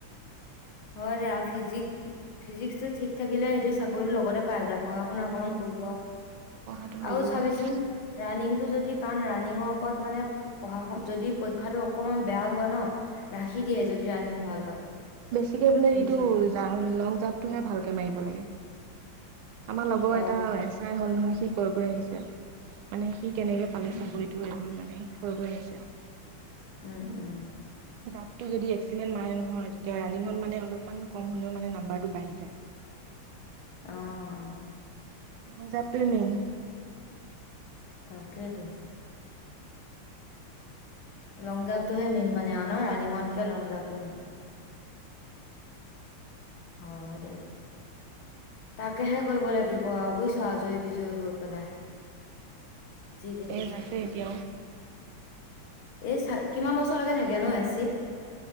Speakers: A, on the left; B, on the right.
A: হয় দে আৰু ফিজিক ফিজিক্সটো ঠিক থাকিলে সিহতি চাকৰিতো লগতে পাই যায় পঢ়া শুনা অকনমান
B: উম পঢ়াটো লাগিলে
A: আৰু চাবিচোন
B: হ'ল।
A: ৰানি টো যদি কণ ৰাণিঙৰ ওপৰত মানে পঢ়া শু যদি পৰীক্ষাাতটো অকনমান বেয়াও হয় ন। ৰাখি দিয়ে যদি ৰানিিং ভাল হয়।
B: গিকে বোলে
A: পুলিচত
B: এইটো জ লং জাপটোহে ভালকে মাৰিব লাগে। আমাৰ লগৰ এটা
A: অ
B: এচাই হ'ল নহয় সি কয় কৰি আহিছে মানে। কি কেনেকে
A: উম
B: পালে
A: উম
B: চাকৰিটো এইবোৰ মানে কৈ কৈ আহিছে আৰু।
A: উম উম
B: জাপটো যদি এক্সেণ্ট মাৰে নহয় তেতিয়া ৰানিংঙত মানে অলপমান কম হলেও মানে নাম্বাৰটো বাঢ়ি যায় বোলে। <unintelligible>
A: আহ।
B: <unintelligible>
A: তাকেইেতো। লং জাম্পটোহে মেইন মানে ন ৰাণিঙতকে লং জাম্পটো মেইন। হয় দে। তাকেহে কৰিব লাগিব বুজিছ আজৰি বিজয়ী হৈ পেলাই। যি দেখিছো
B: এই আছে এতিয়াও।
A: এই চ কিমান বছৰলৈকে থাকে ন এ চি।